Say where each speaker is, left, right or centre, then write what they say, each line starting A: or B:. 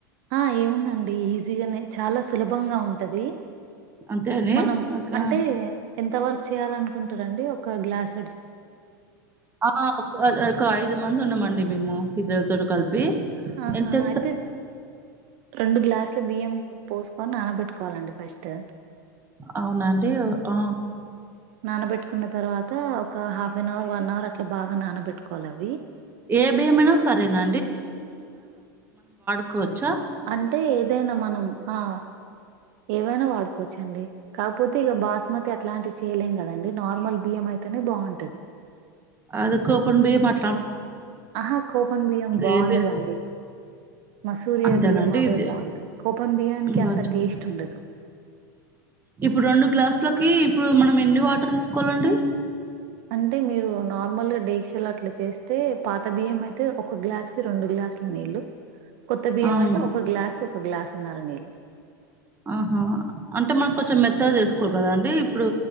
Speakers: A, on the right; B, on the right.
A: ఆ ఏముందండి ఈజీగానే చాలా సులభంగా ఉంటది
B: అంతే అని
A: మనం
B: ఓకే
A: అంటే ఎంత వర్క్ చేయాలనుకుంటురండి ఒక గ్లాస్
B: ఆ ఒక ఒక ఐదు మంది ఉన్నామండి మేము పిల్లలతోటి కలిపి
A: ఆహా
B: ఎంతయితే
A: అయితే రెండు గ్లాసుల బియ్యం పోసుకొని నానబెట్టుకోవాలండి ఫస్ట్
B: అవునండి ఆ
A: నానబెట్టుకున్న తర్వాత ఒక half an hour one hour అట్లా బాగా నానబెట్టుకోవాలి అవి
B: ఏ బియ్యమైనా సరేనా ఒక
A: అంటే ఏదైనా మనం ఆ ఏవైనా వాడుకోవచ్చండి కాకపోతే ఇక బాస్మతి అట్లాంటి చేయలేం కదండి నార్మల్ బియ్యం అయితేనే బాగుంటది
B: అదికుప్పుం బియ్యం అట్
A: ఆహా కోపన్ బియ్యం బాగుండదండి
B: ఏ బియ్యం
A: మసూరియా
B: అంతేనండి
A: బియ్యం అవే
B: ఇది
A: బాగుంటాయి కోపన్ బియ్యానికి
B: మంచిగా
A: అంత టేస్ట్ ఉండదు
B: ఇప్పుడు రెండు గ్లాసులకి ఇప్పుడు మనం ఎన్ని వాటర్ తీసుకోవాలండి
A: అంటే మీరు నార్మల్గా డేక్షల్ అట్లా చేస్తే పాత బియ్యం అయితే ఒక గ్లాస్ కి రెండు గ్లాసుల నీళ్ళు కొత్త బియ్యం
B: అవును.
A: అయితే ఒక గ్లాసు ఒక గ్లాసున్నర నీళు
B: ఆహా అంటే మాకు కొంచెం మెత్తగా చేసుకోరు కదండి ఇప్పుడు